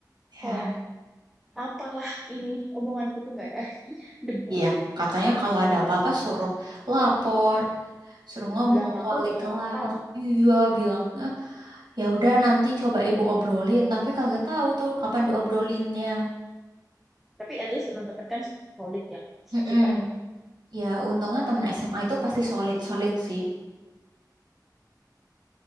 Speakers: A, on the right (about 75°); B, in the centre.
A: Ya,
B: kayak apalah ini omonganku tuh nggak ada artinya debu
A: iya katanya kalau ada apa-apa suruh lapor, suruh ngomong
B: bilang rapor
A: ke wali
B: nggak diapa-apa
A: kelas. Iya bilang, "Eh, ya udah nanti coba ibu obrolin, tapi kagak tahu tuh kapan diobrolinnya.
B: tapi at least teman-teman kan solid ya
A: Mm-mm.
B: suka deh
A: Ya untungnya temen SMA itu pasti solid-solid sih.